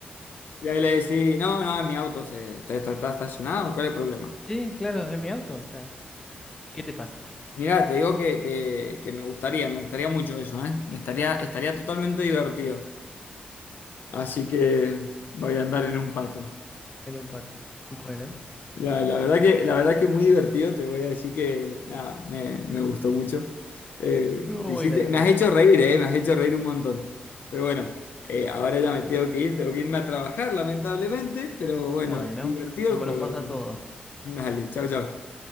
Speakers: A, on the left (about 70°); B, on the left (about 20°).
A: Y ahí le decís, no, no, mi auto se, está, está- está estacionado, ¿cuál es el problema?
B: Sí, claro, es mi auto. O sea, ¿qué te pasa?
A: Mirá, te digo que, que- que me gustaría, me gustaría mucho eso, ¿eh? Estaría, estaría totalmente divertido. Así que voy a andar en un pato.
B: Era un pato. Bueno,
A: La, la verdad que, la verdad que muy divertido, te voy a decir que, nada, me, me gustó mucho. Eh,
B: estuvo
A: me
B: bueno,
A: hiciste-
B: che.
A: me has hecho reír, ¿eh? Me has hecho reír un montón. Pero bueno, eh, ahora ya me tengo que ir, tengo que irme a trabajar, lamentablemente, pero bueno,
B: Bueno,
A: divertido
B: como
A: el juego,
B: nos pasa
A: la verdad.
B: a todos.
A: Dale, chao, chao.